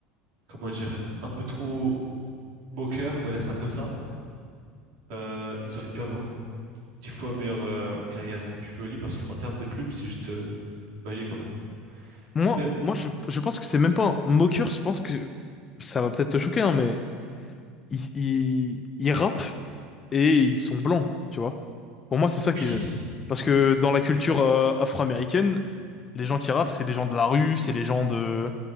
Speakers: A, on the right (about 60°); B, on the left (about 30°).
A: comment dire, un peu trop moqueurs, on va dire ça comme ça, euh, ils auraient pu avoir dix fois meilleure euh, carrière Pioli parce qu'en termes de plumes, c'est juste euh, magique en fait.
B: Moi,
A: Et même,
B: moi je, je pense que c'est même pas un moqueur, je pense que ça va peut-être te choquer, hein, mais ils, ils, ils rappent et ils sont blancs, tu vois. Pour moi, c'est
A: oui,
B: ça qui gêne. Parce que dans la culture euh, afro-américaine, les gens qui rappent, c'est les gens de la rue, c'est les gens de...